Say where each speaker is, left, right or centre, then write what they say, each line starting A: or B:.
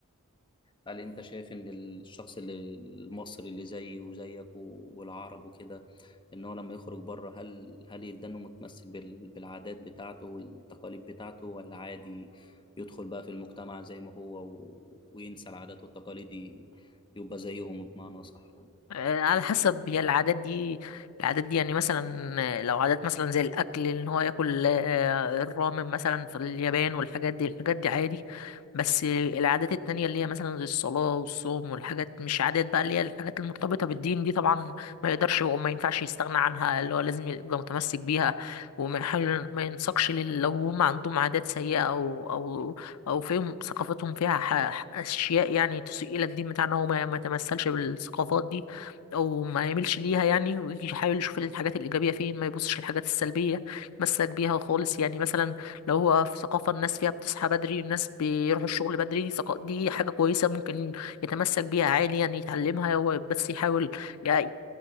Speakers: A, on the left (about 20°); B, on the left (about 75°).
A: هل انت شايف ان الشخص اللي- المصري اللي زيي وزيك و- والعرب وكده ان هو لما يخرج بره هل هل يدانه متمسك بال- بالعادات بتاعته والتقاليد بتاعته ولا عادي يدخل بقى في المجتمع زي ما هو و... وينسى العادات والتقاليد ي- يبقى زيهم بمعنى صح
B: آه، على حسب هي العادات دي العادات دي يعني مثلا آه، لو عادات مثلا زي الاكل ان هو ياكل آه، الرامن مثلا في اليابان والحاجات دي الحاجات دي عادي بس آه، العادات التانية اللي هي مثلا زي الصلاة والصوم والحاجات مش عادات بقى اللي هي الحاجات المرتبطة بالدين دي طبعا ما يقدرش وما ينفعش يستغنى عنها اللي هو لازم يبقى متمسك بيها وما يحاول ما ينساقش لل- لو هم عندهم عادات سيئة او او او فيهم ثقافتهم فيها ح- ح- اشياء يعني تسيء الى الدين بتاعنا هو ما ما يتمثلش بالثقافات دي او ما يميلش ليها يعني ويحاول يشوف الحاجات الايجابيه فين ما يبصش للحاجات السلبيه يتمسك بيها خالص يعني مثلا لو هو في ثقافه الناس فيها بتصحى بدري والناس بيروحوا الشغل بدري دي ثقا- دي حاجه كويسه ممكن يتمسك بيها عالي يعني يتعلمها هو بس يحاول ي- ي-